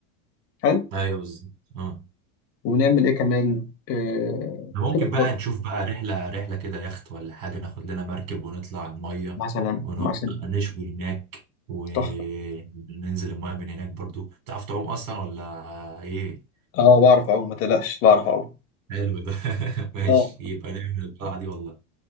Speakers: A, on the left (about 35°); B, on the right (about 65°).
A: حلو
B: ايوه بالظبط اه
A: ونعمل إيه كمان آه
B: ده ممكن
A: كده
B: بقى
A: خلاص
B: نشوف بقى رحله رحله كده يخت ولا حاجه ناخد لنا مركب ونطلع على الميه
A: مثلا
B: ونقعد
A: مثلا
B: بقى نشوي هناك وننزل
A: تحفة
B: الميه من هناك برضو تعرف تعوم اصلا ولا ايه
A: اه بعرف اعوم ما تقلقش بعرف اعوم
B: حلو ده <laughs> ماشي
A: اه
B: يبقى نعمل الطلعه دي والله